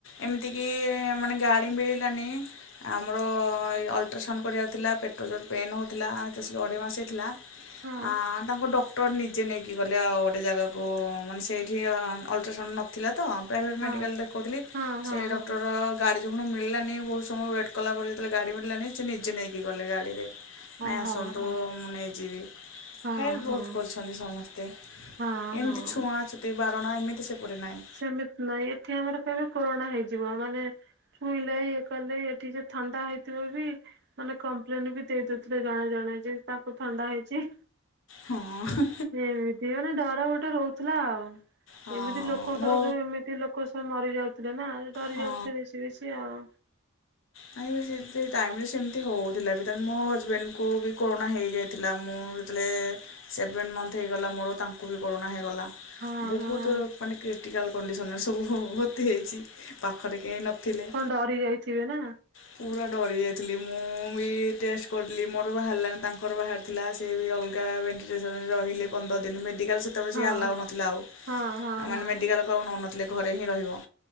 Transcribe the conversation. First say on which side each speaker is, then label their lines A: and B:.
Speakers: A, on the left (about 70°); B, on the right (about 50°).
A: ଏମିତି କି ମାନେ ଗାଡ଼ି ମିଳିଲାନି ଆମର ଅଲଟ୍ରାସାଉଣ୍ଡ କରିବାର ଥିଲା ପେଟ ଜୋରରେ ପେନ୍ ହେଉଥିଲା ତ ଅଢ଼େଇ ମାସ ହେଇଥିଲା।
B: ହଁ
A: ଆ ତାଙ୍କୁ ଡକ୍ଟର ନିଜେ ନେଇକି ଗଲେ ଆଉ ଗୋଟେ ଜାଗାକୁ ମାନେ ସେଇଠି ଅଲଟ୍ରାସାଉଣ୍ଡ ନଥିଲା ତ ପ୍ରାଇଭେଟ୍
B: ହଁ।
A: ମେଡ଼ିକାଲ୍ ଦେଖଉଥିଲି
B: ହଁ ହଁ
A: ସେ ଡକ୍ଟର
B: ହଁ
A: ଗାଡ଼ି ଯୋଭଳି ମିଳିଲାନି ବହୁତ୍ ସମୟ ୱେଟ୍ କଲା ପରେ ଯେତେବେଳେ ଗାଡ଼ି ମିଳିଲାନି ସେ ନିଜେ ନେଇକି ଗଲେ ଗାଡ଼ିରେ।
B: ହଁ
A: ନାଇଁ ଆସନ୍ତୁ
B: ହଁ ହଁ
A: ମୁଁ ନେଇଯିବି
B: ହଁ
A: ହେଲ୍ପ ବହୁତ୍
B: ହଁ।
A: କରିଚନ୍ତି ସମସ୍ତେ।
B: ହଁ
A: ଏମିତି
B: ହଁ
A: ଛୁଆଁ ଛୁନ୍ତି ବାରଣ ଏମିତି ସେପଟେ ନାହିଁ।
B: ସେମିତି ନାହିଁ ଏଠି ଆମର କହିବେ କୋରୋନା ହେଇଯିବ ମାନେ ଛୁଇଁଲେ ଇଏ କଲେ ଏଠି ସେ ଥଣ୍ଡା ହେଇଥିବ ବି ମାନେ କମ୍ପ୍ଲେନ ବି ଦେଇଦେଉଥିଲେ ଜଣେ ଜଣେ ଯେ ତାକୁ ଥଣ୍ଡା ହେଇଚି।
A: ହଁ।
B: ଏମିତି ମାନେ ଡର ଗୋଟେ ରହୁଥିଲା ଆଉ।
A: ହଁ।
B: ଏମିତି ଲୋକଙ୍କର
A: ମୋ
B: ଯୋଉ ଏମିତି ଲୋକ ସବୁ ମରି ଯାଉଥିଲେନା ସେଡରି
A: ହଁ।
B: ଯାଉଥିଲେ ବେଶୀ ବେଶୀ ଆଉ।
A: ନାଇବେ ସେମିତି ଟାଇମ୍ ରେ ସେମିତି ହଉଥିଲା ବି ଦେନ୍ ମୋ ହଜବେଣ୍ଡକୁ ବି କରୋନା ହେଇଯାଇଥିଲା ମୁଁ ଯେତେବେଳେ ସେଭେନ୍ ମନ୍ଥ ହେଇଗଲା ମୋର ତାଙ୍କୁ ବି କରୋନା ହୋଇଗଲା।
B: ହଁ
A: ବହୁତ୍
B: ହଁ
A: ମାନେ କ୍ରିଟିକାଲ୍ କଣ୍ଡିସନରେ ସବୁ ମତେ ହେଇଚି ପାଖରେ କେହିନଥିଲେ।
B: ଡରିଯାଇ ଥିବେ ନା।
A: ପୁରା ଡରି ଯାଇଥିଲି ମୁଁ ବି ଟେଷ୍ଟ କରିଲି ମୋର ବାହାରିଲାନି ତାଙ୍କର ବାହାରି ଥିଲା ସେ ବି ଅଲଗା ଭେଣ୍ଟିଲେସନରେ ରହିଲେ ପନ୍ଦର ଦିନ ମେଡ଼ିକାଲ୍ ସେ ସେତେବେଳେ
B: ହଁ
A: ସିଏ ଆଲାଉ ନଥିଲା ଆଉ
B: ହଁ ହଁ
A: ଆମାନେ
B: ହଁ।
A: ମେଡିକାଲ୍ ଘରକୁ ନଉନଥିଲେ ଘରେ ହିଁ ରହିବ